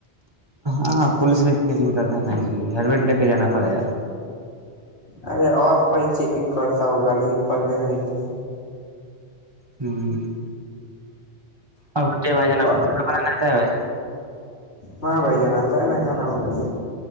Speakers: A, on the right (about 25°); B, on the left (about 75°).
A: ہاں پولیس بھی چیکنگ کرتا ہے نا اس لیے ہر ویٹ لے کے جانا پڑے گا
B: ارے اور کئی چیکنگ کرتا ہوگا لیکن پلے نہیں تھا
A: ہوں ا جے بے نا
B: اور
A: پ ما نتا ہے با <unintelligible>
B: ہ بڑ نتا ان خان م لیے